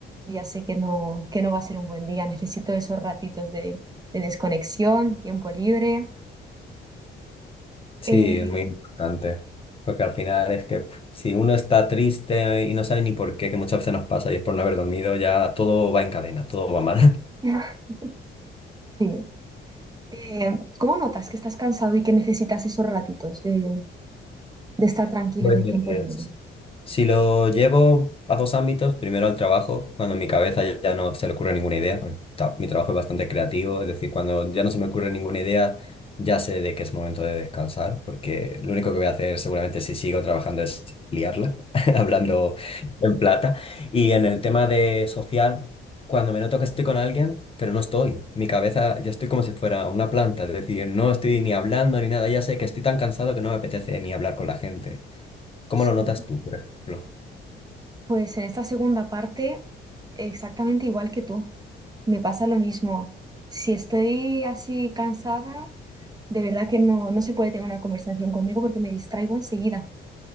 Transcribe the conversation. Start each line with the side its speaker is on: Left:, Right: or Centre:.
Right: ya sé que no, que no va a ser un buen día. Necesito esos ratitos de, de desconexión, tiempo libre.
Left: Sí,
Right: Eh,
Left: es muy importante, porque al final es que pf, si uno está triste y no sabe ni por qué, que muchas veces nos pasa y es por no haber dormido, ya todo va en cadena, todo va mal. <laughs>
Right: <laughs> sí. Eh, ¿cómo notas que estás cansado y que necesitas esos ratitos de, de estar tranquilo
Left: Pues
Right: y de tiempo libre?
Left: Si lo llevo a dos ámbitos, primero al trabajo, cuando mi cabeza ya ya no se le ocurre ninguna idea, pues, ta- mi trabajo es bastante creativo, es decir, cuando ya no se me ocurre ninguna idea, ya sé de que es momento de descansar, porque lo único que voy a hacer seguramente si sigo trabajando es liarla, <laughs> hablando en plata. Y en el tema de social, cuando me noto que estoy con alguien, pero no estoy, mi cabeza ya estoy como si fuera una planta, es decir, no estoy ni hablando ni nada, ya sé que estoy tan cansado que no me apetece ni hablar con la gente. ¿Cómo
Right: Sí.
Left: lo notas tú, por ejemplo?
Right: Pues en esta segunda parte, exactamente igual que tú. Me pasa lo mismo. Si estoy así cansada, de verdad que no, no se puede tener una conversación conmigo porque me distraigo enseguida,